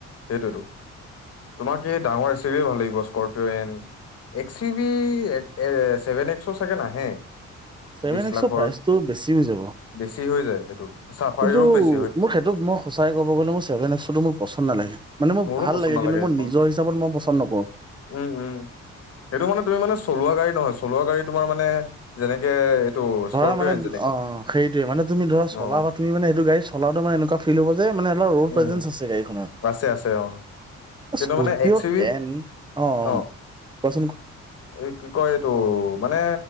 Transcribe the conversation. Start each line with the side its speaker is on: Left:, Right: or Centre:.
Left: সেইটোৱেতো। তোমাক এই ডাঙৰ এ চিয়ে ভাল লাগিব Scorpio N X U V এক চেভেন এক্সটো ছাগে নাহে।
Right: ছেভেন
Left: বিশ
Right: এক্সৰ
Left: লাখৰ
Right: প্ৰাইচটো বেছি হৈ যাব
Left: বেছি হৈ যায় সেইটো, চাফাৰীও
Right: কিন্তু
Left: বেছ
Right: মোৰ সেইটো মই সঁচাকে কব গ'লে মোৰ চেভন এক্সটো মোৰ পচন্দ নালাগে। মানে মোৰ
Left: মোৰো
Right: ভাল
Left: পচন্দ
Right: লাগে
Left: নালাগে
Right: কিন্তু মই
Left: সেইখন
Right: নিজৰ হিচাপত মই পচন্দ নকৰোঁ।
Left: উম উম সেইটো মানে তুমি মানে চলোৱা গাড়ী নহয়, চলোৱা গাড়ী তোমাৰ মানে যেনেকে এইটো স্কৰপিঅ'ন
Right: ধৰা মানে
Left: যেনেকে
Right: অহ সেইটোয়ে তুমি ধৰা চলাবা
Left: অ
Right: তুমি মানে এইটো গাড়ী চলাওটে মানে এনেকুৱা ফিল হ'ব যে মানে অলপ ৰড
Left: উম
Right: প্ৰাইজেঞ্চ আছে গাড়ীখনৰ।
Left: আছে আছে অহ কিন্তু
Right: Scorpio
Left: মানে X U B
Right: N অ' অ'
Left: অহ
Right: কোৱাচোন
Left: এই কি কয় এইটো, মানে